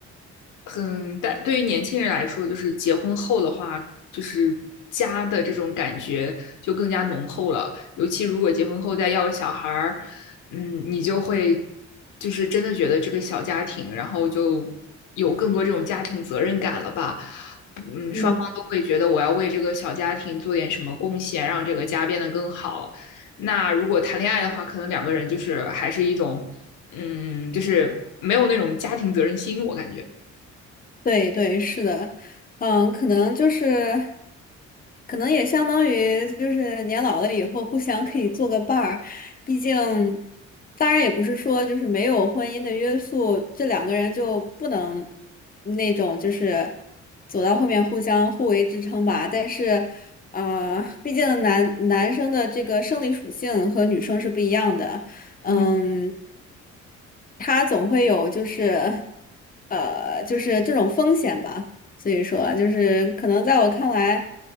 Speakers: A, on the left (about 80°); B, on the left (about 30°).
A: 很但对于年轻人来说，就是结婚后的话，就是家的这种感觉就更加浓厚了。尤其如果结婚后再要个小孩儿，嗯，你就会就是真的觉得这个小家庭，然后就有更多这种家庭责任感了吧。嗯，
B: 嗯，
A: 双方都会觉得我要为这个小家庭做点什么贡献，让这个家变得更好。那如果谈恋爱的话，可能两个人就是还是一种，嗯，就是没有那种家庭责任心，我感觉。
B: 对对，是的，嗯，可能就是。可能也相当于就是年老了以后互相可以做个伴儿，毕竟，当然也不是说就是没有婚姻的约束，这两个人就不能那种就是走到后面互相互为支撑吧。但是，呃，毕竟男男生的这个生理属性和女生是不一样的，嗯，
A: 嗯。
B: 他总会有就是呃就是这种风险吧。所以说，就是可能在我看来。